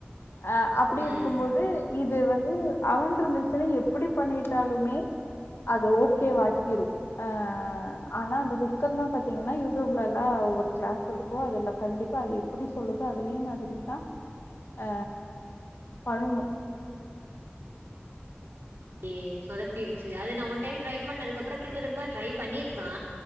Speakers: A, on the left; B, on the right.
A: அ அப்டி
B: ம்
A: இருக்கும்போது இது வந்து அவன் இருந்துச்சுன்ன எப்டி பண்ணிட்டாலுமே அது ஓகே வாக்கிரூ ஆ ஆனா அந்த குக்கர்னா பாத்தீங்கன்னா யூடியூப்ல லா ஒரு கிளாஸ் இருக்கோ அதுல கண்டிப்பா அது எப்டி சொல்லுதோ அதே மாதிரிதா ஆ பழனு
B: ஏ சொதப்பிருச்சு அது நா ஒன் டைம் ட்ரை பண்ணதுக்கு அப்றோ திரும்ப திரும்ப ட்ரை பண்ணிருக்கலா